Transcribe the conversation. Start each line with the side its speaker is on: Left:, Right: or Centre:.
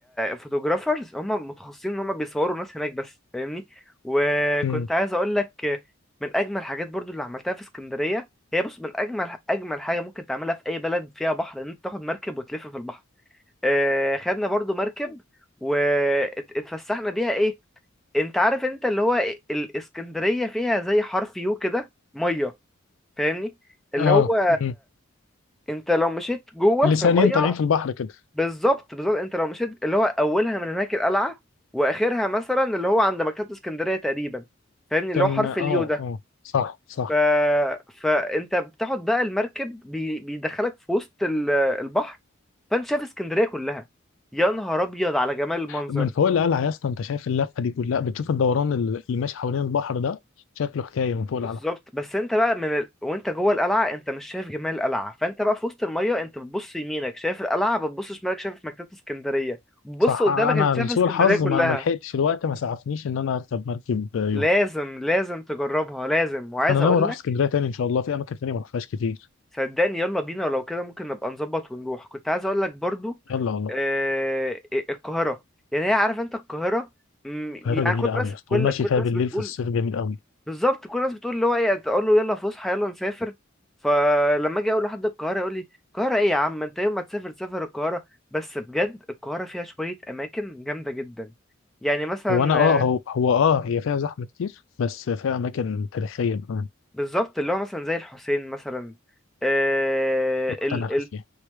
Centre: فوتوغرافرز هم متخصصين ان هم بيصوروا الناس هناك بس فاهمني وكنت
Left: امم
Centre: عايز اقول لك آه، من اجمل الحاجات برضو اللي عملتها في اسكندريه هي بص من اجمل اجمل حاجه ممكن تعملها في اي بلد فيها بحر ان انت تاخد مركب وتلف في البحر آه، خدنا برضو مركب واتفسحنا بيها ايه انت عارف انت اللي هو إيه؟ الاسكندرية فيها زي حرف يو كده مية فاهمني اللي
Left: اه
Centre: هو
Left: امم
Centre: انت لو مشيت جوه
Left: لسانين
Centre: في المية
Left: طالعين في البحر كده
Centre: بالظبط بالظبط انت لو مشيت اللي هو اولها من هناك القلعة واخرها مثلا اللي هو عند مكتبة اسكندرية تقريبا فاهمني اللي
Left: كان
Centre: هو حرف
Left: اه
Centre: اليو ده
Left: اه صح صح
Centre: ف... فانت بتاخد بقى المركب بي... بيدخلك في وسط ال- البحر فانت شايف اسكندريه كلها يا نهار ابيض على جمال المنظر
Left: من فوق القلعه يا اسطى انت شايف اللفه دي كلها بتشوف الدوران اللي ماشي حوالين البحر ده شكله حكايه من فوق
Centre: بالظبط
Left: القلعه
Centre: بس انت بقى من ال... وانت جوه القلعه انت مش شايف جمال القلعه فانت بقى في وسط الميه انت بتبص يمينك شايف القلعه بتبص شمالك شايف مكتبه اسكندريه بتبص
Left: صح
Centre: قدامك
Left: انا
Centre: انت شايف
Left: لسوء
Centre: اسكندريه
Left: الحظ
Centre: كلها
Left: ما ما لحقتش الوقت ما سعفنيش ان انا اركب مركب يوم
Centre: لازم لازم تجربها لازم وعايز
Left: انا ناوي
Centre: اقول
Left: اروح
Centre: لك
Left: اسكندريه تاني ان شاء الله في اماكن تانيه ما رحتهاش كتير
Centre: صدقني يلا بينا ولو كده ممكن نبقى نظبط ونروح كنت عايز اقول لك برضو
Left: يلا والله
Centre: آه... القاهره يعني هي عارف انت القاهره م-
Left: القاهره
Centre: يعني
Left: جميله
Centre: كل
Left: قوي
Centre: الناس
Left: يا اسطى
Centre: كل
Left: والمشي
Centre: كل
Left: فيها
Centre: الناس
Left: بالليل
Centre: بتقول
Left: في الصيف جميل قوي
Centre: بالظبط كل الناس بتقول اللي هو ايه تقول له يلا فسحه يلا نسافر فلما اجي اقول لحد القاهره يقول لي القاهره ايه يا عم انت يوم ما تسافر تسافر القاهره بس بجد القاهره فيها شويه اماكن جامده جدا يعني مثلا
Left: هو انا اه
Centre: آه،
Left: هو هو اه هي فيها زحمه كتير بس فيها اماكن تاريخيه كمان
Centre: بالظبط اللي هو مثلا زي الحسين مثلا آه
Left: رحت
Centre: ال
Left: انا
Centre: ال
Left: فيها